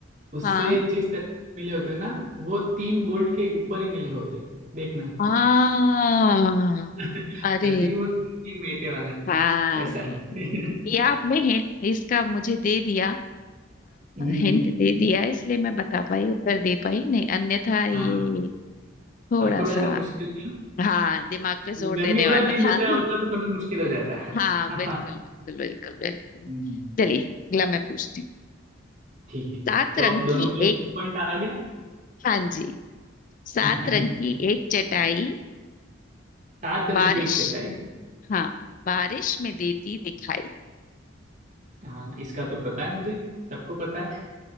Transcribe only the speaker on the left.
हाँ
हाँ
अरे
हाँ
ये आपने हिं- इसका मुझे दे दिया
हिंट दे दिया इसलिए मैं बता पाई उत्तर दे पाई नहीं अन्यथा ये
थोड़ा
सा
हाँ दिमाग
पे जोर
देने
वाला
था <laughs>
हाँ बिल्कुल बिल्कुल
बिल्कुल बिल्कुल
चलिए अगला मैं पूछती हूँ
सात
रंग
की
एक
हाँ जी सात
रंग की एक चटाई
बारिश
हाँ बारिश में देती दिखाई